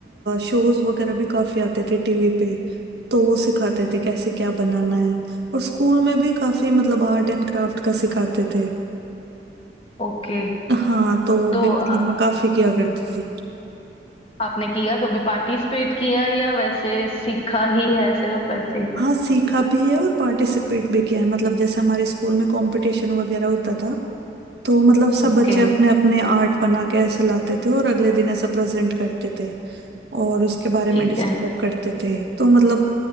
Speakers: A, on the right; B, on the left.
A: शोज वगैरह भी काफी आते थे टीवी पे तो वो सिखाते थे कैसे क्या बनाना है और स्कूल में भी काफी मतलब आर्ट एंड क्राफ्ट का सिखाते थे
B: ओके
A: हाँ तो वो
B: तो
A: भी मतलब
B: आ-
A: मैं काफी किया करती थी
B: आपने किया कभी पार्टिसिपेट किया या वैसे सीखा ही है सिर्फ वैसे ही
A: हाँ सीखा भी है और पार्टिसिपेट भी किया है मतलब जैसे हमारे स्कूल में कंपटीशन वगैरह होता था तो मतलब सब
B: ओके
A: बच्चे अपने अपने आर्ट बना के ऐसे लाते थे और अगले दिन ऐसा प्रेजेंट करते थे और उसके बारे
B: ठीक
A: में डिस्क्राइब
B: है
A: करते थे तो मतलब